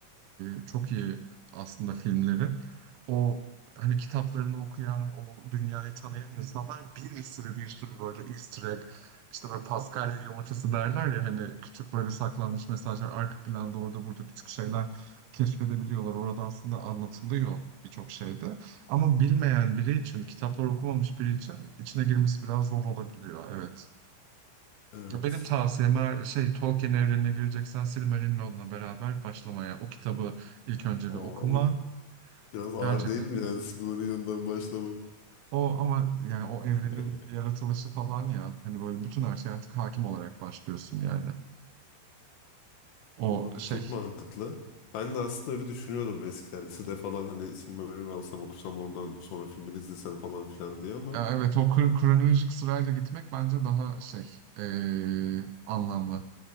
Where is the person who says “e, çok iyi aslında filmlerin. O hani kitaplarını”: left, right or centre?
Right